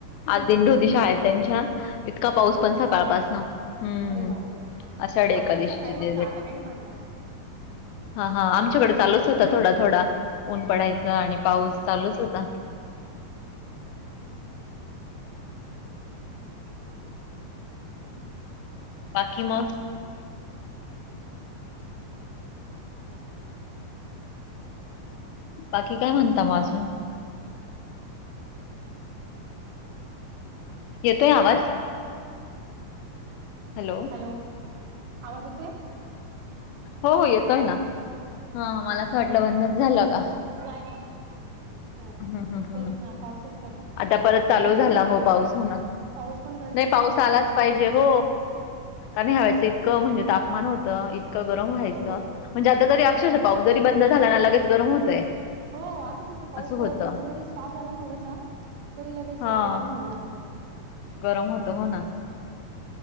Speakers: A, on the left (about 80°); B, on the right (about 90°).
A: आज दिंडी
B: ओके.
A: होती शाळेत त्यांच्या, इतका पाऊस
B: हो
A: पण
B: का?
A: सकाळपास हां हम्म
B: अरे बापरे!
A: आषाढी एकादशीची
B: आमच्याकडे सकाळी होता
A: <unintelligible>
B: आता काही नाही पडला.
A: हा हा आमच्याकडे चालूच होता. थोडा थोडा ऊन पडायच आणि पाऊस चालूच होता. बाकी मग. बाकी काय म्हणता मग अजून. येतोय आवाज. हॅलो.
B: हॅलो आवाज येतोय.
A: हो हो येतोय ना. हा मला असं वाटलं बंदच झालं का.
B: नाही नाही नाही. हो
A: हम हम हम.
B: तेच ना पावसाचं. काय
A: आता परत चालू
B: पण बरं
A: झाला.
B: ना
A: हो पाऊस हो ना
B: पाऊस पण गरजेचा
A: नाही पाऊस
B: आहे शेतकरी
A: आलाच
B: लोकांसाठी.
A: पाहिजे हो. कारण ह्या वेळेस इतकं म्हणजे तापमान होतं. इतकं गरम व्हायचं
B: हो
A: म्हणजे, आता तरी अक्षरशः
B: त्याच्यामुळे
A: पाऊस जरी बंद झाला ना लगेच गरम होतंय.
B: हो असंच पाऊस
A: असं होतं.
B: जरा तुमचा जरी स्टॉप झाला ना, थोडंसं तरी लगेच
A: हां,
B: गरम व्हायला लागतं.
A: गरम होतं होणा.